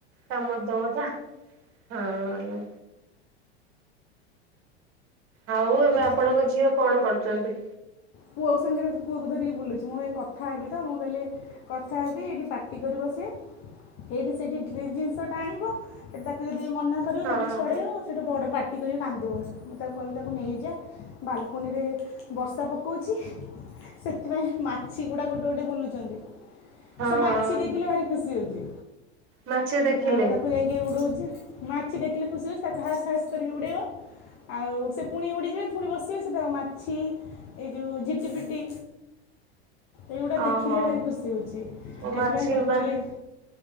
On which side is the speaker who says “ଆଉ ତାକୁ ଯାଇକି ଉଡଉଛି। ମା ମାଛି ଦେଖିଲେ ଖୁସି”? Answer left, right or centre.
Left